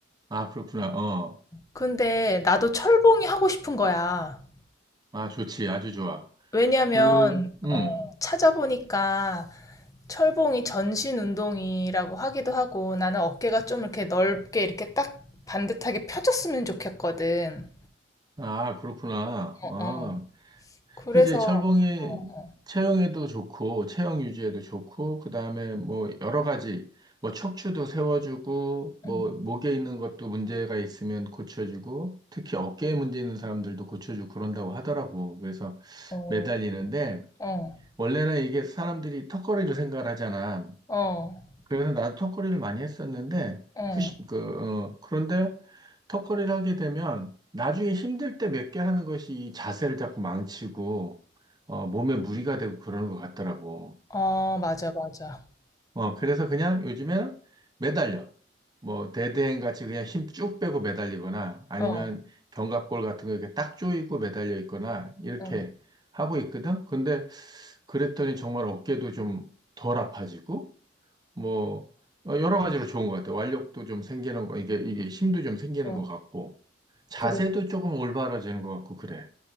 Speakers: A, on the right; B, on the left.
A: 아, 그렇구나. 어,
B: 근데 나도 철봉이 하고 싶은 거야.
A: 아, 좋지. 아주 좋아.
B: 왜냐면
A: 그, 음,
B: 어, 찾아보니까 철봉이 전신 운동이라고 하기도 하고 나는 어깨가 좀 이렇게 넓게 이렇게 딱 반듯하게 펴졌으면 좋겠거든.
A: 아, 그렇구나.
B: 어,
A: 어,
B: 어. 그래서
A: 그지? 철봉이
B: 어,
A: 체형에도 좋고, 체형 유지에도 좋고, 그 다음에 뭐 여러 가지, 뭐 척추도 세워주고, 뭐
B: 응.
A: 목에 있는 것도 문제가 있으면 고쳐주고, 특히 어깨에 문제 있는 사람들도 고쳐주고 그런다고 하더라고. 그래서
B: 어,
A: 매달리는데,
B: 어.
A: 원래는 이게 사람들이 턱걸이로 생각을 하잖아.
B: 어.
A: 그래서 나도 턱걸이를 많이 했었는데,
B: 어.
A: 푸시, 그, 어, 그런데 턱걸이를 하게 되면 나중에 힘들 때 몇 개 하는 것이 이 자세를 자꾸 망치고, 어, 몸에 무리가 되고 그러는 것 같더라고.
B: 아, 맞아, 맞아.
A: 어, 그래서 그냥 요즘에는 매달려. 뭐, 대대행 같이 그냥 힘 쭉 빼고 매달리거나 아니면
B: 어,
A: 견갑골 같은 거 이렇게 딱 조이고 매달려 있거나 이렇게
B: 응,
A: 하고 있거든? 근데 그랬더니 정말 어깨도 좀 덜 아파지고, 뭐 어, 여러 가지로 좋은 것 같아요. 완력도 좀 생기는 거, 이게 이게 힘도 좀 생기는
B: 응.
A: 것 같고 자세도
B: 그래.
A: 조금 올바라지는 것 같고 그래.